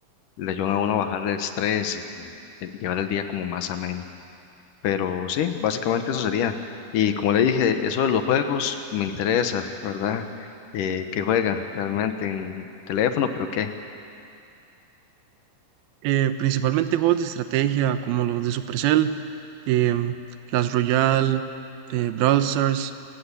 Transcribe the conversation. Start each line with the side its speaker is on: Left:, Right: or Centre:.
Left: le ayudan a uno a bajar el estrés y, y llevar el día como más ameno. Pero sí, básicamente eso sería. Y como le dije, eso de los juegos me interesa, ¿verdad? Eh, ¿qué juega realmente en teléfono? ¿Pero qué?
Right: Eh, principalmente juegos de estrategia, como los de Supercell, em, Clash Royale, eh, Brawl Stars.